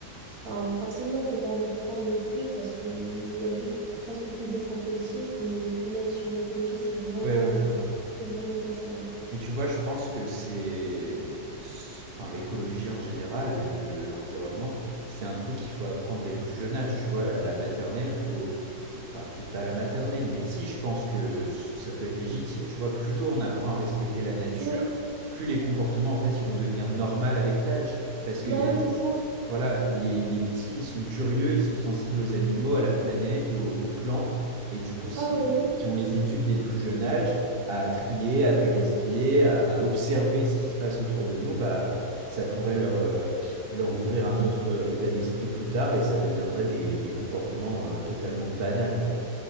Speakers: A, on the right; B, on the right.
A: Enfin, forcément que tu as envie de prendre le plus parce qu'il y a juste presque que des points positifs, mais punaise, sur l'écologie, c'est vraiment,
B: Ouais, ouais,
A: euh,
B: vraiment.
A: c'est vraiment pas ça. hein.
B: Mais tu vois, je pense que c'est, c'est- enfin, l'écologie en général, même le, l'environnement, c'est un truc qu'il faut apprendre dès le plus jeune âge. Tu vois, à la maternelle, faut, faut, enfin, peut-être pas à la maternelle, mais si, je pense que c- ça peut être légitime. Tu vois, plus tôt on apprend à respecter la nature,
A: Ouais,
B: plus les comportements, en fait, ils vont devenir normaux avec l'âge. Parce qu'il
A: bah
B: y a
A: oui, c'est ça.
B: Voilà, les, les petits, ils sont curieux, ils sont sensibles aux animaux, à la planète, aux, aux plantes. Et du coup, si,
A: Ah oui, oui.
B: si on les éduque dès le plus jeune âge à trier, à pas gaspiller, à, à observer ce qui se passe autour de nous, bah, ça pourrait leur, euh, leur ouvrir un autre euh, état d'esprit plus tard et ça deviendrait des, des comportements euh, totalement banals, quoi.